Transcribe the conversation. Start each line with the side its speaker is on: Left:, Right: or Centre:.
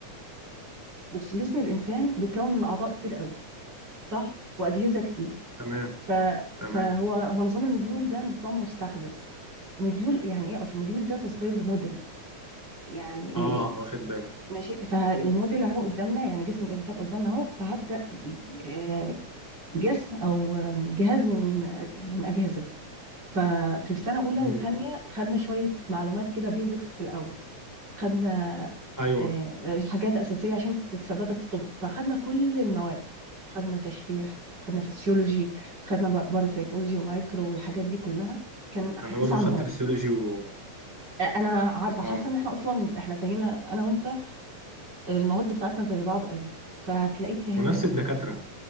Right: بص جسم الانسان بيتكون من اعضاء كتير قوي صح؟ واجهزة كتير
Centre: تمام
Right: ف...
Centre: تمام
Right: فهو هو نظام المديول ده نظام مستحدث مديول يعني ايه اصلا مديول ده تصغير موديل يعني
Centre: اه
Right: إيه؟
Centre: واخد بالي
Right: ماشي فالموديل اهو قدامنا يعني جسم الانسان قدامنا اهو فهبدأ آه، جسم او جهاز من من اجهزته ففي سنه اولى
Centre: امم
Right: وثانيه خدنا شويه معلومات كده بيزكس في الاول خدنا
Centre: ايوه
Right: آه، حاجات اساسيه عشان تثبتك في الطب فخدنا كل المواد خدنا تشريح خدنا فسيولوجي خدنا باراسيتولوجي ومايكرو والحاجات دي كلها كان
Centre: انا
Right: تسع
Centre: برضو خدت
Right: مواد
Centre: فسيولوجي و
Right: آه، انا عارفه
Centre: اه
Right: حاسه ان احنا اصلا احنا زينا انا وانت المواد بتاعتنا زي بعض قوي فهتلاقيك فاهمني
Centre: ونفس
Right: اكتر
Centre: الدكاترة